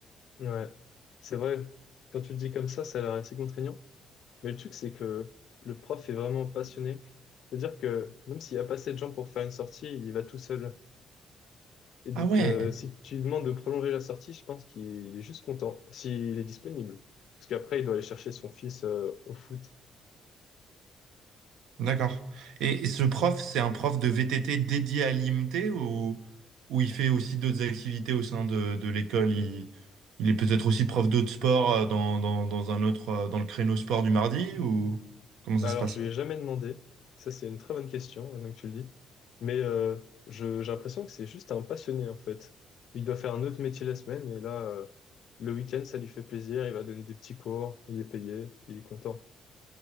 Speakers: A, on the left; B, on the right.
A: Ouais, c'est vrai. Quand tu le dis comme ça, ça a l'air assez contraignant. Mais le truc, c'est que le prof est vraiment passionné. C'est-à-dire que même s'il n'y a pas assez de gens pour faire une sortie, il y va tout seul. Et donc,
B: Ah ouais,
A: euh, si tu lui demandes de prolonger la sortie, je pense qu'il est juste content, s'il est disponible. Parce qu'après, il doit aller chercher son fils euh, au foot.
B: d'accord. Et ce prof, c'est un prof de VTT dédié à l'IMT ou, ou il fait aussi d'autres activités au sein de, de l'école? Il, il est peut-être aussi prof d'autres sports euh, dans, dans, dans un autre, euh, dans le créneau sport du mardi ou comment ça
A: Alors,
B: se passe?
A: je lui ai jamais demandé. Ça, c'est une très bonne question, maintenant que tu le dis. Mais euh, je, j'ai l'impression que c'est juste un passionné, en fait. Il doit faire un autre métier la semaine, et là, euh, le week-end, ça lui fait plaisir. Il va donner des petits cours, il est payé, il est content.